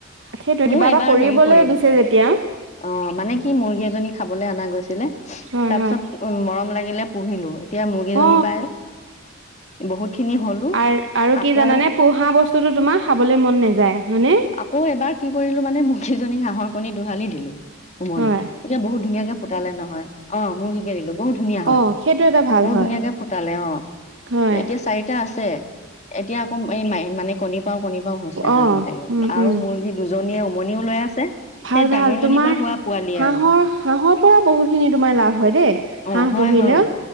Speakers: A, on the right; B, on the left.
A: সেইটোৱে কিবা
B: মোৰ
A: এটা
B: এবাৰ
A: কৰিবলৈ
B: কি কৰিম
A: দিছে যেতিয়া
B: অ মানে কি মুৰ্গী এজনী খাবলৈ অনা গৈছিলে
A: হয়
B: তাৰ
A: হয়
B: পিছত উ মৰম লাগিলে পুহিলো এতিয়া মুৰ্গীজনীৰ
A: অ
B: পাই বহুত খিনি হলো
A: আৰু আৰু
B: আকৌ
A: কি জানানে পোহা বস্তুটোো তোমাৰ খাবলৈ মন নাযায় হয়নে
B: আকৌ এবাৰ কি কৰিলো মানে মুগীজনী হাঁহৰ কণী দোহালি দিলো উমনি
A: হয়
B: এতিয়া বহুত ধুনীয়াকে ফুটালে নহয় অ মূৰ্গিকে দিলো বহুত ধুনীয়া হয়
A: অ সেইটো এটা ভাল
B: বহুত
A: হয়
B: ধুনিয়াকে ফুটালে অ
A: হয়
B: এতিয়া চাৰিটা আছে এতিয়া ম এই মানে কণী পাৰও কণী পাৰও হৈছে হাঁহ
A: অ
B: কেইটাকি
A: উম
B: আৰু
A: উম
B: মুৰ্গী দুজনীয়ে উমনিও লৈ আছে
A: ভাল
B: সেই
A: ভাল
B: ডাঙৰজনীৰ
A: তোমাৰ
B: পৰা হোৱা পোৱালি
A: হাঁহৰ
B: আৰু
A: হাঁহৰ পৰা বহুতখিনি তোমাৰ লাভ হয় দেই
B: অ
A: হাঁহ
B: হয়
A: পুহিলেও
B: হয়